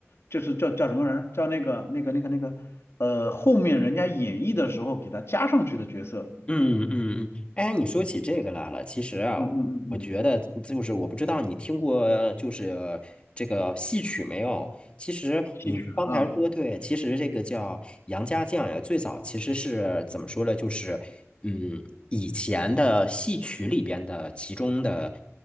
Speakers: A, on the left (about 65°); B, on the left (about 25°).
A: 就是叫叫什么人，叫那个那个那个那个呃后面人家演绎的时候给他加上去的角色，
B: 嗯嗯嗯，哎，你说起这个来了，其实啊，
A: 嗯嗯嗯嗯，
B: 我觉得就是我不知道你听过就是这个戏曲没有？其实你刚才说对，
A: 戏曲啊。
B: 其实这个叫杨家将呀，最早其实是怎么说呢？就是嗯，以前的戏曲里边的其中的